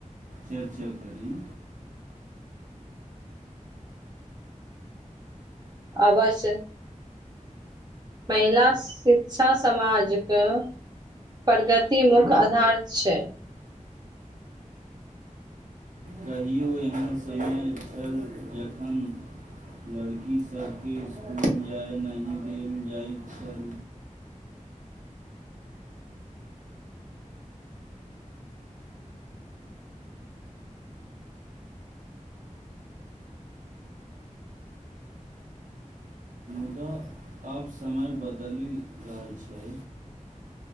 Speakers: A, on the right; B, on the right.
A: चर्चा करी।
B: अवश्य। महिला शिक्षा समाजके प्रगति मुख्य आधार छै।
A: कहियो एहन समय छल, जखैन लड़की सबके इसकुल जाय नहि देल जाइत छल। मुदा आब समय बदलि रहल छै।